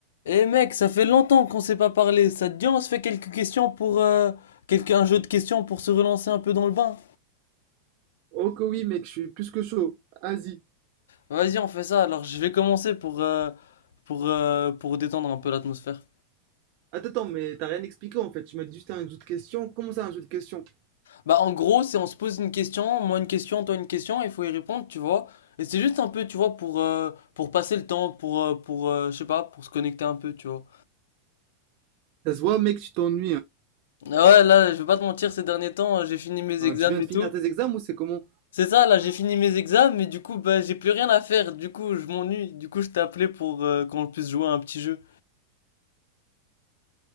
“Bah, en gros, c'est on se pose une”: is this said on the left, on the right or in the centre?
Left